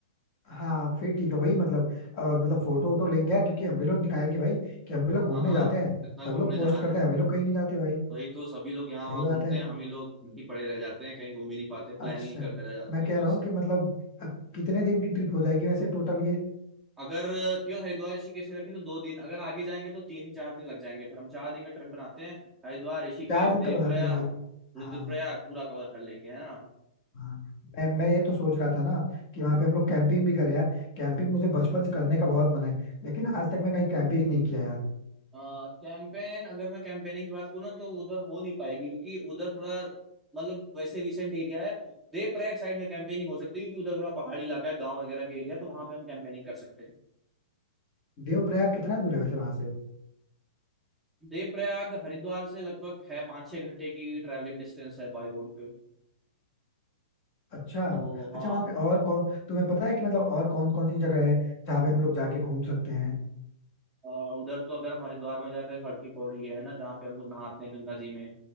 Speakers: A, on the left; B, in the centre.
A: हाँ फिर ठीक है वही मतलब अ, मतलब फोटो वोटो लेंगे यार, क्योंकि हम भी लोग दिखाएंगे भाई कि हम भी लोग घूमने
B: हाँ हाँ
A: जाते हैं
B: इतना घूमने
A: सब लोग पोस्ट
B: जा
A: करते
B: रहे हैं
A: हैं हम भी लोग कहीं नहीं जाते भाई
B: वही तो सभी लोग यहाँ
A: सही
B: वहाँ
A: बात
B: घूमते
A: है
B: हैं हम ही लोग यहीं पड़े रह जाते हैं कहीं घूम ही नहीं पाते प्लानिंग
A: अच्छा
B: ही करते रह जाते
A: मैं
B: हैं
A: कह
B: बस
A: रहा हूँ कि मतलब अ, कितने दिन की ट्रिप हो जाएगी वैसे टोटल ये
B: अगर क्यों हरिद्वार ऋषिकेश रखें तो दो दिन अगर आगे जाएंगे तो तीन चार दिन लग जाएंगे फिर हम चार दिन का ट्रिप बनाते हैं हरिद्वार ऋषिकेश
A: चार दिन
B: देवप्रयाग
A: का बनाते हैं भाई
B: रुद्रप्रयाग
A: हाँ
B: पूरा कवर कर लेंगे है ना
A: हाँ मैं मैं ये तो सोच रहा था ना कि वहाँ पे हम लोग कैंपिंग भी करें यार कैंपिंग मुझे बचपन से करने का बहुत मन है लेकिन आज तक मैं कहीं कैंपिंग नहीं किया यार
B: कैंपेन अगर मैं कैंपेनिंग की बात करूँ ना तो उधर हो नहीं पाएगी क्योंकि उधर थोड़ा मतलब वैसे रिसेंट एरिया है देवप्रयाग साइड में कैंपेनिंग हो सकती है क्योंकि उधर थोड़ा पहाड़ी इलाका है गांव वगैरह के एरिया तो वहां पे हम कैंपेनिंग कर सकते हैं
A: देवप्रयाग कितना दूर है वैसे वहां से
B: देव प्रयाग हरिद्वार से लगभग है पाँच छः घंटे की ट्रैवलिंग डिस्टेंस है बाई रोड पे
A: अच्छा
B: तो
A: अच्छा
B: हाँ
A: वहाँ पे और कौन तुम्हें पता है कि मतलब और कौन कौन सी जगह है जहाँ पे हम लोग जाके घूम सकते हैं
B: अ, उधर तो अगर हम हरिद्वार में जाते हैं खड़की की पौड़ी है ना जहाँ पे हम लोग नहाते हैं गंगा जी में